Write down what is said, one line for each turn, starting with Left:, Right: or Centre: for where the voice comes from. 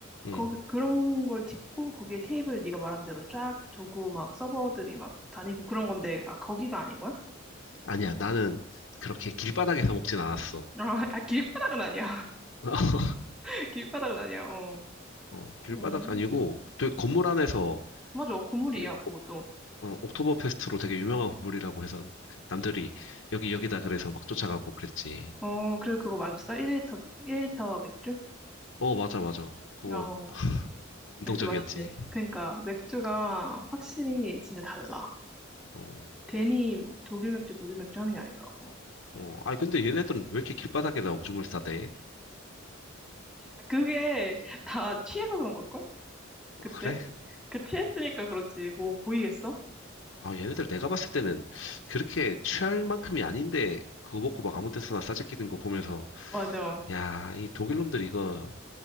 Left: 응.
Centre: 거기, 그런 걸 짓고 거기에 테이블 네가 말한 대로 쫙 두고 막 서버들이 막 다니고 그런 건데, 아, 거기가 아닌 거야?
Left: 아니야, 나는 그렇게 길바닥에서 먹진 않았어.
Centre: 어, 아, 길바닥은 아니야.
Left: <laughs>
Centre: <laughs> 길바닥은 아니야. 어.
Left: 어, 길바닥
Centre: 음.
Left: 아니고, 되게 건물 안에서,
Centre: 맞아. 건물이야,
Left: 그,
Centre: 그것도.
Left: 옥- 어, 옥토버 페스트로 되게 유명한 건물이라고 해서, 그 남들이 여기, 여기다 그래서 막 쫓아가고 그랬지.
Centre: 어, 그래서 그거 마셨어? 1리터, 1리터 맥주?
Left: 어, 맞아, 맞아. 그거
Centre: 어,
Left: 감동적이었지.
Centre: 맥주 맛있지. 그러니까, 맥주가 확실히 진짜 달라.
Left: 어,
Centre: 괜히 독일 맥주, 독일 맥주 하는 게 아니더라고.
Left: 어. 아니, 근데 얘네들은 왜 이렇게 길바닥에다 오줌을 싸대?
Centre: 아, 그게 다 취해서 그런 걸걸?
Left: 아,
Centre: 그때?
Left: 그래?
Centre: 그 취했으니까 그렇지. 뭐 보이겠어?
Left: 아, 얘네들 내가 봤을 때는 그렇게 취할 만큼이 아닌데, 그거 먹고 막 아무 데서나 싸재끼는 거 보면서,
Centre: 맞아.
Left: 야, 이 독일 놈들 이거